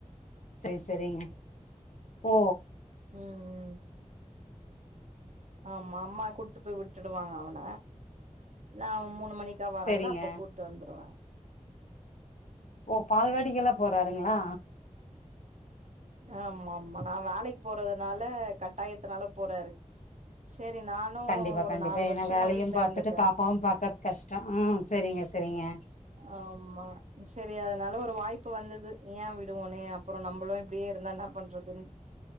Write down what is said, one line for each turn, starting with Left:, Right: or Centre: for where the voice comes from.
Left: செரி செரிங்க ஓ
Right: ம் ம் ஆமா அம்மா கூட்டு போய் விட்டுடுவாங்க அவன நா மூணு மணி க்கா வரன்
Left: செரிங்க
Right: இல்ல அப்ப கூட்டு வந்துருவ
Left: ஓ பால்வாடிக்கலா போறா ற்ங்களா
Right: ஆமா ஆமா நா வேலக்கி போறதுனால கட்டாயத்துனால போறாரு சேரி நானு
Left: கண்டிப்பா
Right: ஒரு
Left: கண்டிப்பா
Right: நாலு
Left: ஏனா
Right: வருஷமா
Left: வேலையும்
Right: வீட்ல
Left: பாத்துட்டு
Right: இருந்துட்டே
Left: பாப்பாவும் பாக்கறது கஷ்டம் ம் செரிங்க செரிங்க
Right: ஆமா செரி அதனால ஒரு வாய்ப்பு வந்தது ஏன் விடுவோனே அப்பறம் நம்மளும் இப்டியே இருந்தா என்ன பண்றதுன்னு